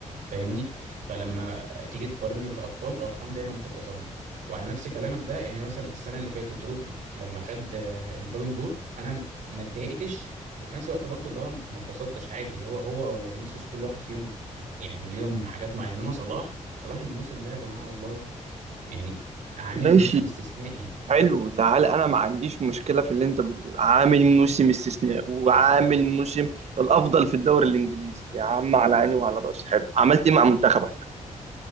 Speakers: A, on the right; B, on the right.
A: فاهمني فلما تيجي تقارني بالارقام الارقام دايما بتبقى ظلم وعلى نفس كلامك ده يعني مثلا السنه اللي فاتت رودري لما خد آه، البالون دور انا ما اتضايقتش وفي نفس الوقت برضو اللي هو ما اتبسطتش عادي اللي هو هو ولا فينيسيوس كل واحد فيهم يعني ليهم حاجات معينه انما صلاح صلاح الموسم ده يا جماعه والله يعني عامل
B: ماشي
A: موسم استثنائي
B: حلو تعالى انا ما عنديش مشكله في اللي انت بتقول عامل موسم استثناء وعامل موسم الافضل في الدوري الانجليزي يا عم على عيني وعلى راسي حلو عملت ايه مع منتخبك